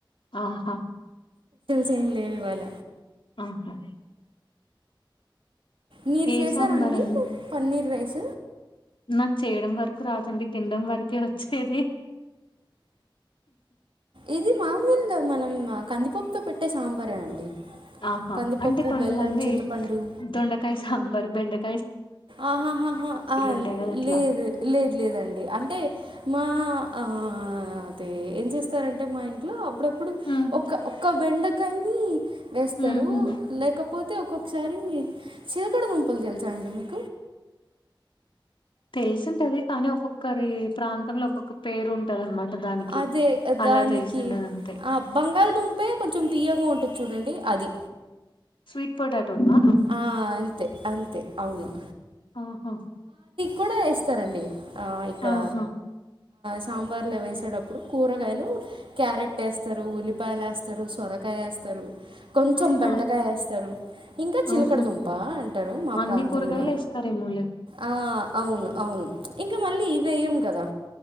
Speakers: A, on the left; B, on the right.
A: ఆహా
B: చేయన్లేవు ఇవాళ
A: ఆహా
B: మీరు
A: ఏ
B: చేసారా
A: సాంబార్
B: అండి పన్నీర్ రైస్
A: నాకు చేయడం వరకు రాదండి తినడం వరకు వచ్చది
B: ఇది మామూలు మనం కందిపప్పుతో పెట్టే సాంబారే అండి
A: ఆహా
B: కందిపప్పు
A: అంటే కొంతమంది
B: బెల్లం చింతపండు
A: దొండకాయ సాంబార్ బెండక్.
B: ఆహాహాహా ఆ
A: ఉంటాయి కదా అట్లా
B: లేదు లేదు లేదండి అంటే. మా అది ఏం చేస్తారంటే మా ఇంట్లో అప్పుడ. ఇప్పుడు
A: ఉమ్
B: ఒక ఒక్క బెండకాయని వేస్తారు
A: ఉమ్ ఉమ్
B: లేకపోతే ఒక్క. ఒకసారి చీలకడ దంపలు తెలుసా అండి మీకు.
A: తెలిసుంటది కానీ ఒక్కొక్కరి ప్రాంతంలో ఒక్కొక్క పేరు ఉంటది అనమాట. దానికి
B: అదే
A: అలా
B: దానికి
A: తెలిసిండదు అంతే
B: ఆ బంగాళ దుంపే కొంచెం తీయగా ఉంటుంది. చూడండి అది.
A: స్టేట్ పొటాటో నా.
B: ఆ! అంతే. అంతే అవును‌.
A: ఆహా.
B: కూడా వేస్తారండి ఇక్కడ
A: ఆహా
B: సాంబార్లు వేస్త. వచ్చేప్పుడు కూరగాయలు క్యారెట్ వేస్తారు ఉల్లిపాయలు వేస్తారు సొరకాయ వేస్తారు. కొంచెం
A: ఆహా
B: బెండకాయ వేస్తారు. ఇంకా చిలకడదుంప
A: ఆహా
B: అంటారు మా
A: అన్ని
B: ప్రాంతంలో.
A: కూరగాయలు వేస్తారేమోలే
B: ఆ అవును అవును ఇంకా మళ్ళీ ఇవేయంము కదా.